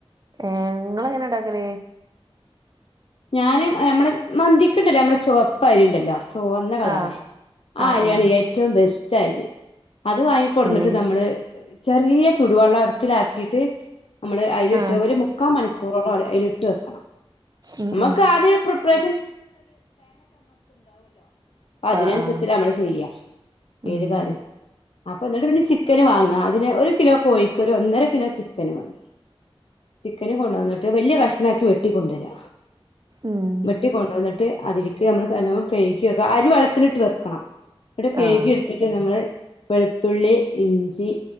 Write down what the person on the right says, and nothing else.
ഏ ഇങ്ങളെങ്ങനെ ഇണ്ടാക്കൽ
ആഹ്
ആഹ്
ആഹ്
ഏഹ്
ആഹ്
ഉം
ഉം
ആഹ് ആഹ്
ഉം
ഉം
ആഹ്